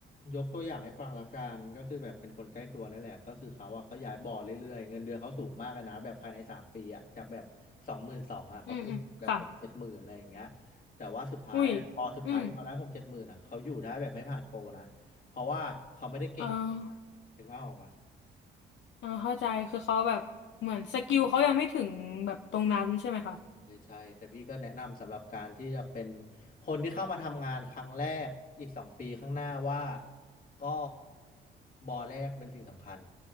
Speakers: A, on the left; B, on the left.
A: ยกตัวอย่างให้ฟังละกันก็คือแบบเป็นคนใกล้ตัวนี่แหละก็คือเขาอ่ะก็ย้ายบ่อเรื่อยๆเงินเดือนเขาสูงมากเลยนะแบบภายในสามปีอ่ะจากแบบสองหมื่นสองอ่ะเขาขึ้นแบบหกเจ็ดหมื่นอะไรอย่างเงี้ย
B: อืมอืมค่ะ
A: แต่ว่าสุดท้ายอ่ะพอสุดท้ายที่เขาได้หกเจ็ดหมื่นอ่ะเขาอยู่ได้แบบไม่ผ่านโปรนะเพราะว่าเขาไม่ได้เก่งจริงอ่ะถึงภาพออกปะ
B: อุ้ยอืมเออเออเข้าใจ คือเขาแบบเหมือนสกิลเขายังไม่ถึงแบบตรงนั้นใช่ไหมคะ
A: ใช่ใช่แต่พี่ก็แนะนำสำหรับการที่จะเป็นคนที่เข้ามาทำงานครั้งแรกอีกสองปีข้างหน้าว่าก็บอแรกเป็นสิ่งสำคัญ